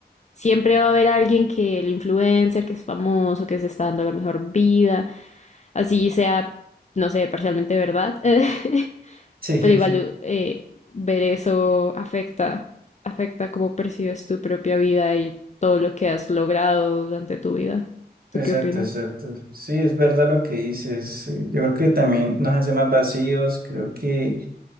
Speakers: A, on the left (about 45°); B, on the right (about 60°).
A: siempre va a haber alguien que el influencer, que es famoso, que se está dando la mejor vida, así sea, no sé, parcialmente verdad, <laughs>
B: Sí, <laughs>
A: pero igual eh, ver eso afecta, afecta cómo percibes tu propia vida y todo lo que has logrado durante tu vida. ¿Tú
B: Exacto,
A: qué opinas?
B: exacto. Sí, es verdad lo que dices. Eh, Yo creo que también nos hace más vacíos. Creo que